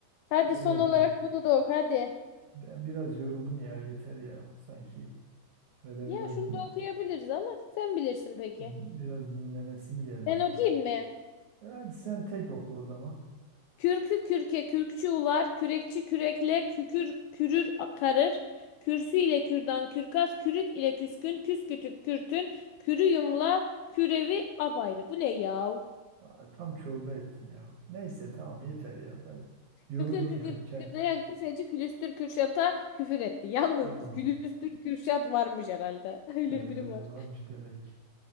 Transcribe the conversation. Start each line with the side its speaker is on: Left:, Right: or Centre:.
Left: Hadi
Right: böyle
Left: son olarak
Right: değil.
Left: bunu da oku hadi.
Right: Ben biraz yoruldum ya yeter ya sanki. Böyle
Left: Ya
Right: biraz
Left: şunu da okuyabiliriz ama sen bilirsin peki.
Right: biraz dinlenesim geldi
Left: Ben
Right: ya.
Left: okuyayım mı?
Right: E Hadi sen tek oku o zaman.
Left: Kürkü kürke kürkçü ular, kürekçi kürekle kükür kürür karır. Kürsü ile kürdan kürkas, kürüt ile küskün, küskütük kürtün, kürü yumla, kürevi apayrı. Bu ne yav?
Right: Aa, Tam çorba ettin ya. Neyse tamam yeter ya. Ben yoruldum
Left: Kıkır kıkır
Right: ya.
Left: kıkırdayan
Right: Çenem.
Left: küfeci külüstür kürşata küfür etti. Yalnız
Right: Tamam.
Left: külüstür kürşat varmış herhalde. <laughs> Öyle
Right: Ee,
Left: biri var.
Right: varmış demek.